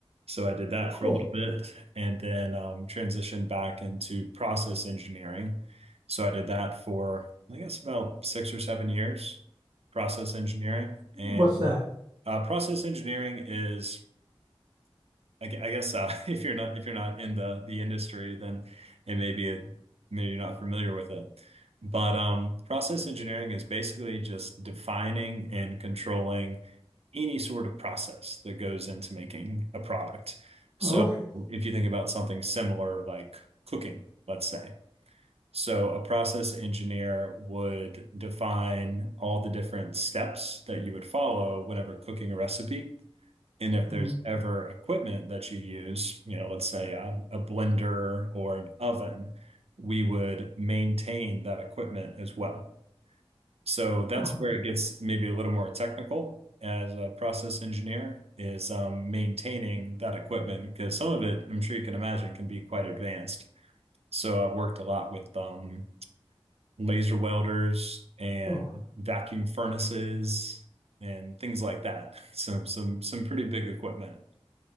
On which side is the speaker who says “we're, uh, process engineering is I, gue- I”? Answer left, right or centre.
Right